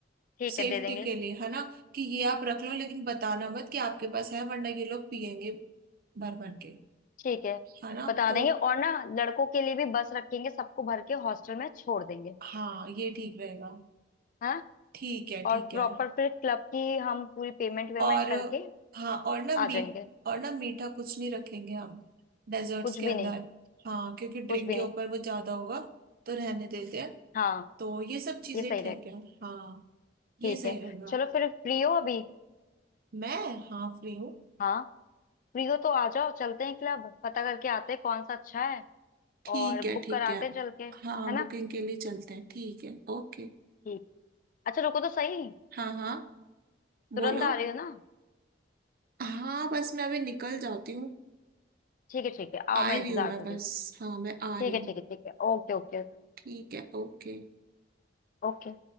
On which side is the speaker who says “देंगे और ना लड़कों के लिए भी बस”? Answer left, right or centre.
Left